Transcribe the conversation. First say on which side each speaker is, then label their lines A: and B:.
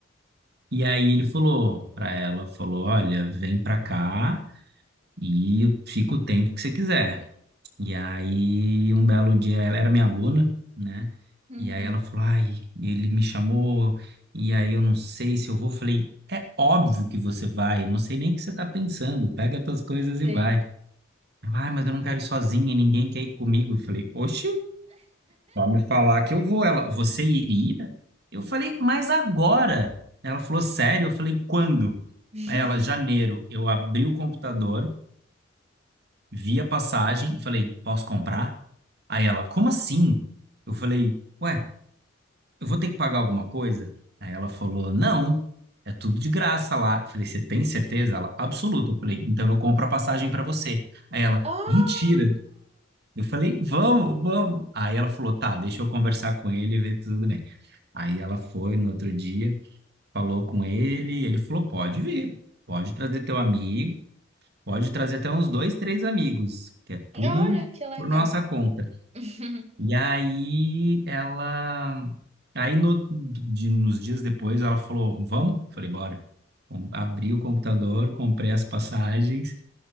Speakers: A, on the right (about 55°); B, on the right (about 35°).
A: E aí ele falou para ela, falou, olha, vem para cá e fica o tempo que você quiser. E aí um belo dia ela era minha aluna, né?
B: Uhum.
A: E aí ela falou, ai, ele me chamou e aí eu não sei se eu vou. Falei, é óbvio que você vai, não sei nem o que você tá pensando, pega as tuas coisas e
B: Sim.
A: vai. Ela, Ai, mas eu não quero ir sozinha, ninguém quer ir comigo. Eu falei, oxi. Só me falar que eu vou. Ela, você iria? Eu falei, mas agora? Ela falou, sério? Eu falei, quando?
B: <laughs>
A: Aí Ela, janeiro. Eu abri o computador, vi a passagem, falei, posso comprar? Aí ela, como assim? Eu falei, ué, eu vou ter que pagar alguma coisa? Aí ela falou, não, é tudo de graça lá. Eu falei, você tem certeza? Ela, absoluta. Eu falei, então eu compro a passagem para você. Aí ela,
B: Ah,
A: mentira. Eu falei, vamos, vamos. Aí ela falou, tá, deixa eu conversar com ele e ver tudo bem. Aí ela foi no outro dia, falou com ele, ele falou: pode vir, pode trazer teu amigo, pode trazer até uns dois, três amigos, que é tudo
B: olha que legal.
A: por nossa conta.
B: <laughs>
A: E aí ela. Aí no, de- nos dias depois ela falou: vamos? Falei: bora. Com- Abri o computador, comprei as passagens.